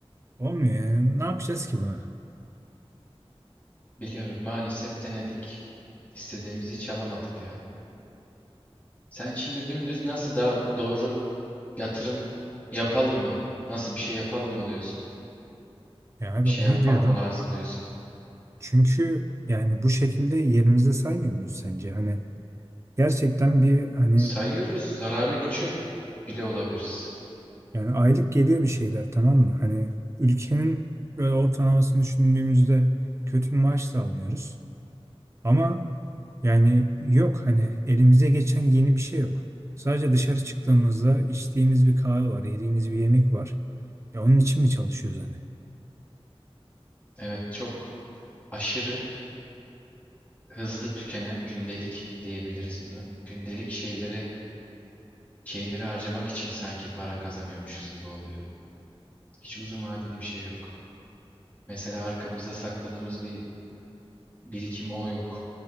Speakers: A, on the right; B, on the left.
A: Olmuyor yani. Ne yapacağız ki bunu?
B: biliyorum maalesef denedik. İstediğimizi hiç alamadık ya. Sen şimdi dümdüz nasıl daha doğru yatırım yapalım mı? Nasıl bir şey yapalım mı diyorsun?
A: Ya abi
B: Bir şey
A: onu
B: yapmak
A: diyorum.
B: mı lazım diyorsun?
A: Çünkü yani bu şekilde yerimizde saymıyor muyuz sence? Hani gerçekten bir hani
B: Sayıyoruz, zarara geçiyor bile olabiliriz.
A: yani aylık geliyor bir şeyler tamam mı? Hani ülkenin böyle ortalamasını düşündüğümüzde kötü bir maaş da almıyoruz. Ama yani yok hani elimize geçen yeni bir şey yok. Sadece dışarı çıktığımızda içtiğimiz bir kahve var, yediğimiz bir yemek var. Ya onun için mi çalışıyoruz hani?
B: Evet, çok aşırı hızlı tükenen gündelik diyebiliriz buna. Gündelik şeylere şeyleri harcamak için sanki para kazanıyormuşuz gibi oluyor. Hiç uzun vadeli bir şey yok. Mesela arkamızda sakladığımız bir Birikim o yok.